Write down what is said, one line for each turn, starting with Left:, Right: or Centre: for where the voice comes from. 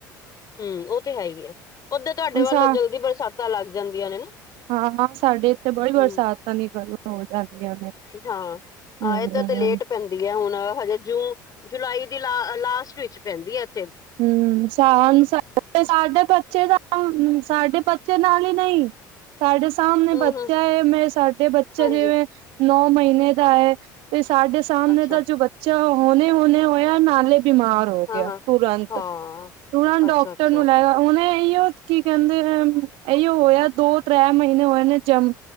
Left: ਹੂੰ, ਓ ਤੇ ਹੈ ਹੀ ਏ, ਓਧਰ ਤੁਹਾਡੇ ਵੱਲ
Right: ਸਾ
Left: ਜਲਦੀ ਬਰਸਾਤਾਂ ਲੱਗ ਜਾਂਦੀਆਂ ਨੇ ਨਾ।
Right: ਹਾਂ-ਹਾਂ, ਸਾਡੇ ਏਥੇ ਬੜੀ ਬਰਸਾਤ
Left: ਹੂੰ
Right: <unintelligible> ਹੋ ਜਾਂਦੀਆਂ ਨੇ।
Left: ਹਾਂ ਹਾਂ
Right: ਹੂੰ
Left: ਏਧਰ
Right: ਹੂੰ
Left: ਤੇ ਲੇਟ
Right: ਹੂੰ।
Left: ਪੈਂਦੀ ਐ ਹੁਨ ਹਜੇ ਜੂਨ, ਜੁਲਾਈ ਦੀ ਲਾ ਲਾਸਟ ਵਿੱਚ ਪੈਂਦੀ ਐ ਏਥੇ।
Right: ਹੂੰ, ਸਾਲ <unintelligible> ਬੱਚੇ ਦਾ ਸਾਡੇ <unintelligible> ਨਾਲ ਈ ਨਈ ਸਾਡੇ ਸਾਹਮਣੇ
Left: ਹੂੰ
Right: ਬੱਚਾ
Left: ਹੂੰ
Right: ਹੈ ਮੈਂ ਸਾਡੇ ਬੱਚੇ
Left: ਹਾਂਜੀ
Right: ਜਿਵੇਂ ਨੌ ਮਹੀਨੇ ਦਾ ਏ ਤੇ ਸਾਡੇ ਸਾਹਮਣੇ
Left: ਅੱਛਾ
Right: ਦਾ ਜੋ ਬੱਚ ਚਾ ਹੋਨੇ-ਹੋਨੇ ਹੋਏਆ, ਨਾਲੇ ਬਿਮਾਰ ਹੋ
Left: ਹਾਂ
Right: ਗਿਆ।
Left: ਹਾਂ
Right: ਤੁਰੰਤ,
Left: ਹਾਂ
Right: ਤੁਰੰਤ
Left: ਅੱਛਾ
Right: ਡਾਕਟਰ
Left: ਅੱਛਾ
Right: ਨੂੰ ਲੈ ਓਨੇ ਇਓ ਕੀ ਕਹਿੰਦੇ <unintelligible> ਅਇਓ ਹੋਇਆ ਦੋ-ਤ੍ਰੈ ਮਹੀਨੇ ਹੋਏ ਨੇ ਜਮ